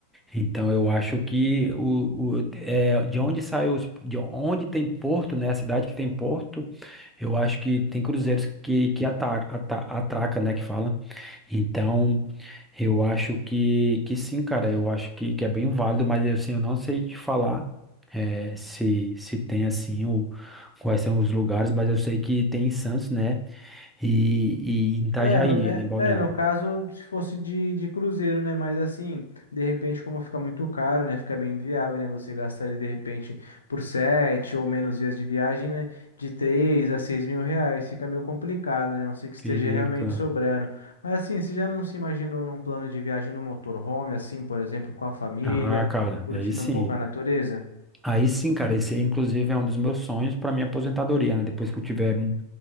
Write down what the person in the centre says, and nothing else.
então eu acho que o, o é, de onde sai os, de onde tem porto, né? A cidade que tem porto, eu acho que tem cruzeiros que, que ata, ata- atraca, né? Que fala. Então eu acho que, que sim, cara. Eu acho que, que é bem válido, mas assim eu não sei te falar é, se se tem assim o quais são os lugares, mas eu sei que tem em Santos, né? E, e em Itajaí,
ali em Balneário.
Fica.
Ah, cara,
aí sim.
Aí sim, cara, esse aí, inclusive é um dos meus sonhos para minha aposentadoria, né? Depois que eu tiver mu-